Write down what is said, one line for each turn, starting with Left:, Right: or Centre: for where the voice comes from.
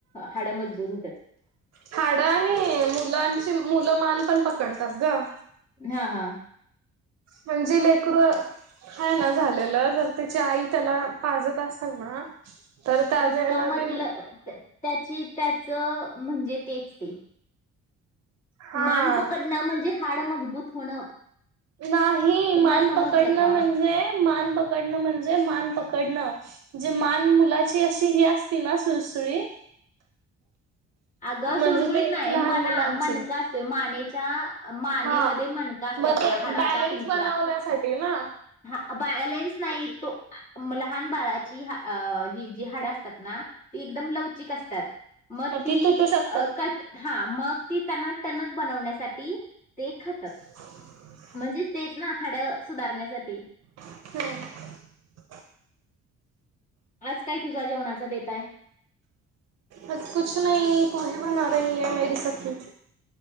Left: हाड मजबुत होत्यात.
Right: हाडं आणि मुलांची मुलं मान पण पकडतात ग.
Left: हां. हां.
Right: म्हणजे लेकरू- खायला झालेलं जर त्याची आई त्याला पाजत असेल ना? तर त्यावेळेला
Left: उसकामतलं
Right: ते-
Left: त्या- त्याची त्याच म्हणजे तेच ते.
Right: हा
Left: मान पकडणं म्हणजे हाड मजबूत होणं.
Right: नाही
Left: तुला
Right: मान
Left: समजलं
Right: पकडणं
Left: का?
Right: म्हणजे, मान पकडणं म्हणजे मान पकडणं. जे मान मुलाची अशी ही असती ना सुळसुळी-
Left: अगं
Right: म्हणजे
Left: सुळसुळीत
Right: ते
Left: नाही.
Right: लहान
Left: मना
Right: मुलांची
Left: मणका असतोय. माने- -च्या, मानेमध्ये
Right: हा
Left: मणका असतो
Right: मग
Left: आपला
Right: ते
Left: हाडाचा
Right: बॅलेन्स
Left: पिंजरा.
Right: बनवण्यासाठी ना
Left: हा बॅलेन्स नाही तो. लहान बाळाची ही जी हाडं असतात ना? ते एकदम लवचिक असत्यात. म -
Right: मग ती तुटू शक-
Left: अ क हां. मग ती त्यांना टणक बनवण्यासाठी ते खातात.
Right: ह
Left: मजी तेच ना हाडं सुधारण्यासाठी.
Right: हम.
Left: आज काय तुझा जेवणाचा बेत आहे?
Right: आज कुछ नही, पोहे बना रही है मेरी सखी